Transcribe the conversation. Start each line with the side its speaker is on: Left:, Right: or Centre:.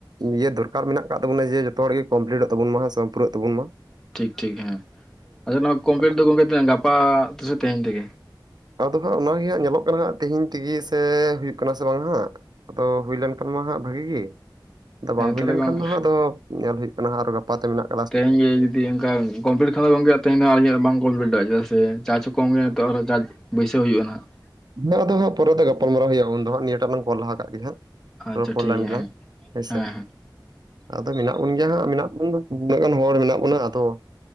Right: ᱤᱭᱟᱹ ᱫᱚᱨᱠᱟᱨ ᱢᱮᱱᱟᱜ ᱟᱠᱟᱫ ᱛᱟᱵᱚᱱᱟ ᱡᱮ ᱡᱚᱛᱚ ᱦᱚᱲ ᱜᱮ ᱠᱚᱢᱯᱞᱤᱴᱚᱜ ᱛᱟᱵᱚᱱ ᱢᱟ ᱾ ᱯᱩᱨᱟᱹᱜ ᱛᱟᱵᱚᱱ ᱢᱟ ᱾
Centre: ᱴᱷᱤᱠ ᱴᱷᱤᱠ ᱦᱮᱸ ᱟᱪᱪᱷᱟ ᱱᱚᱣᱟ ᱠᱚᱢᱯᱤᱭᱴ
Right: ᱟᱫᱚ
Centre: ᱫᱚ, ᱜᱚᱝᱠᱮ ᱜᱟᱯᱟ ᱛᱮᱥᱮ ᱛᱮᱦᱮᱧ ᱛᱮᱜᱮ ᱾
Right: ᱟᱫᱚ ᱦᱟᱸᱜ ᱚᱱᱟᱜᱮ ᱦᱟᱸᱜ ᱧᱮᱞᱚᱜ ᱠᱟᱱᱟ, ᱦᱟᱸᱜ ᱛᱮᱤᱦᱤᱧ ᱛᱮᱜᱮ ᱥᱮ ᱦᱩᱭᱩᱜ ᱠᱟᱱᱟ ᱥᱮ ᱵᱟᱝ ᱦᱟᱜ ᱾ ᱟᱫᱚ ᱦᱩᱭ ᱞᱮᱱᱠᱷᱟᱱ ᱢᱟ ᱦᱟᱸᱜ ᱵᱷᱟᱜᱤᱜᱤ ᱜᱮ, ᱟᱫᱚ
Centre: ᱦᱮᱸ
Right: ᱵᱟᱝ ᱦᱩᱭ
Centre: ᱛᱟᱦᱚᱞᱮ
Right: ᱞᱮᱱᱠᱷᱟᱱ
Centre: ᱜᱚᱝ
Right: ᱫᱚᱦᱟᱜ ᱟᱫᱚ ᱧᱮᱞ ᱦᱩᱭᱩᱜ ᱠᱟᱱᱟ, ᱟᱨ ᱜᱟᱯᱟ ᱛᱮ ᱢᱮᱱᱟᱜ-ᱟ ᱾
Centre: ᱛᱮᱦᱤᱧ ᱜᱮ ᱡᱩᱫᱤ ᱚᱱᱠᱟ ᱠᱚᱢᱯᱞᱤᱴ ᱠᱷᱟᱱ ᱫᱚ ᱜᱚᱝᱠᱮ ᱛᱮᱦᱮ ᱫᱚ ᱵᱟᱝ ᱠᱚᱢᱯᱞᱤᱴ ᱫᱚ-ᱟ, ᱪᱮᱫᱟᱜ ᱥᱮ ᱪᱟᱨᱡᱽ ᱦᱚᱸ ᱠᱚᱢ ᱜᱮᱭᱟ ᱱᱤᱛᱚᱜ ᱟᱨ ᱪᱟᱨᱡᱽ ᱵᱟᱹᱭᱥᱟᱹᱣ ᱦᱳᱭᱩᱜᱼᱟ ᱱᱟᱦᱟᱜ ᱾
Right: ᱦᱮᱸ ᱟᱫᱚ ᱦᱟᱸᱜ‌ ᱯᱚᱨᱮ ᱛᱮ ᱜᱟᱟᱞᱢᱟᱨᱟᱣ ᱦᱩᱭᱩᱜᱼᱟ, ᱩᱱᱫᱚᱟᱸᱜ ᱱᱤᱭᱟᱹᱴᱟᱜ ᱞᱟᱝ ᱠᱚᱞ ᱞᱟᱦᱟ ᱠᱟᱜ ᱜᱮ ᱦᱟᱸᱜ ᱾
Centre: ᱟᱪᱪᱷᱟ
Right: ᱨᱚᱯᱚᱲ
Centre: ᱴᱷᱤᱠ
Right: ᱞᱮᱱᱜᱮᱞᱟᱝ
Centre: ᱜᱮᱭᱟ ᱦᱮᱸ
Right: ᱦᱮᱸᱥᱮ
Centre: ᱦᱮᱸ ᱦᱮᱸ
Right: ᱾ ᱟᱫᱚ ᱢᱮᱱᱟᱜ ᱵᱚᱱ ᱜᱮᱭᱟ ᱦᱟᱸᱜ, ᱢᱮᱱᱟᱜ ᱵᱚᱱᱟ ᱛᱤᱱᱟᱹᱜ ᱜᱟᱱ ᱦᱚᱲ ᱢᱮᱱᱟᱜ ᱵᱚᱱᱟ ᱟᱫᱚ ᱾